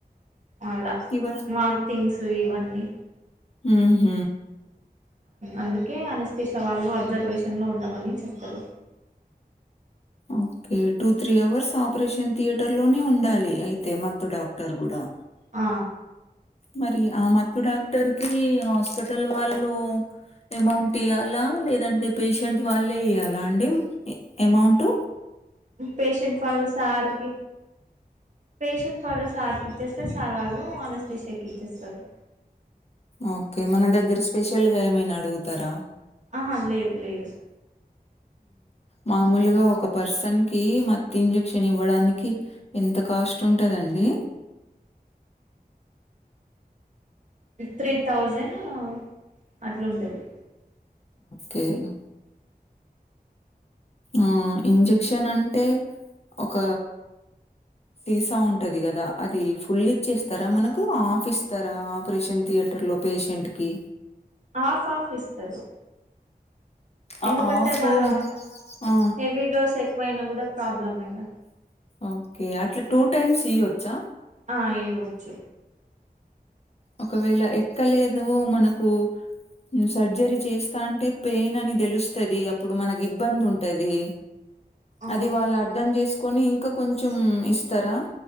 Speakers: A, on the right; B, on the left.
A: అలా
B: ఇవ
A: వాంతింగ్స్ ఇవన్నీ
B: ఊహు
A: అందుకే అనస్థిష వాళ్ళు అబ్జర్వేషన్ లో ఉండమని చెప్ క
B: okay two three hours operation theatre లోనే ఉండాలి. అయితే మత్తు డాక్టర్ గుడా
A: ఆ
B: మరి ఆ మత్తు డాక్టర్ కి హాస్పిటల్ వాళ్ళు అమౌంట్ ఇయ్యాలా లేదంటే పేషెంట్ వాళ్ళే ఇయాలా అండి అమౌంట్
A: పేషంట్ వాళ్ళు సార్కి పేషెంట్ వాళ్ళు సార్కి ఇచ్చేస్తే సార్ వాళ్ళు అనేస్తిషియాకు ఇచ్చేస్తారు
B: ఓకే మన దగ్గర స్పెషల్ గా ఏమైనా అడుగుతారా
A: ఆహా లేదు లేదు
B: మామూలుగా ఒక పర్సన్ కి మత్తి ఇంజక్షన్ ఇవ్వడానికి ఎంత కాస్ట్ ఉంటదండి
A: త్రీ థౌజండ్ అట్లుంటది
B: కేనా ఆ ఇంజక్షన్ అంటే ఒక సీసా ఉంటది గదా అది ఫుల్ ఇచ్చేస్తారా మనకు ఆఫ్ ఇస్తారా ఆపరేషన్ థియేటర్ లో పేషెంట్ కి
A: ఆఫ్ ఆఫ్ ఇస్తరు
B: ఆ
A: ఎందుకంటే
B: ఆఫు
A: మళ్ళా
B: ఆ
A: హెవీ డోస్ ఎక్కువయినా గూడా ప్రాబ్లమేగా
B: ఓకే అట్లా టూ టైమ్స్ ఇయ్యోచ్చా
A: ఆ ఇయివచ్చు
B: ఒకవేళ ఎక్కలేదు మనకు సర్జరీ చేస్తా అంటే పెయిన్ అని తెలుస్తుది అప్పుడు మనకి ఇబ్బంది ఉంటది
A: ఆ
B: అది వాళ్ళు అర్థం జెసుకు కొని ఇంకా కొంచం ఇస్తరా